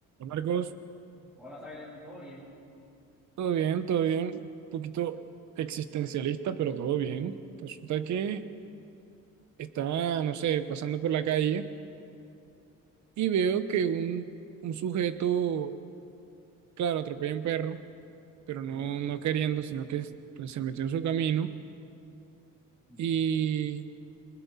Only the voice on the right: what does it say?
Marcos,
todo bien, todo bien. Un poquito existencialista, pero todo bien. Resulta que estaba, no sé, pasando por la calle y veo que un, un sujeto, claro, atropella a un perro, pero no,
no queriendo, sino que pues, se metió en su camino.
Y